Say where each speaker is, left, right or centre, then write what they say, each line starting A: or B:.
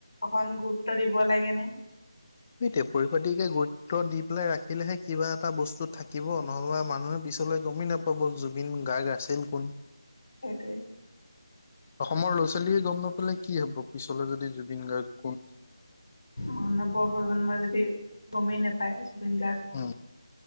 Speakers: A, on the left; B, on the left.
A: অকন গুৰুত্ব দিব লাগেনে?
B: সেইটোৱে পৰিপতিকে গুৰুত্ব দি পেলাই ৰাখিলেহে কিবা এটা বস্তু থাকিব নহবা মানুহে বি পিছলে গমে নাপাব জুবিন গাৰ্গ আছিল কোন।
A: সেটোৱে।
B: অসমৰ ল'ৰা-ছোৱালীয়ে গম নাপালে কি হব পিছলে যদি জুবিন গাৰ্গক
A: অ নৱ প্ৰজন্মই যদ দি গমেই নেপায় জুবিন গাৰ্গ কোন
B: উম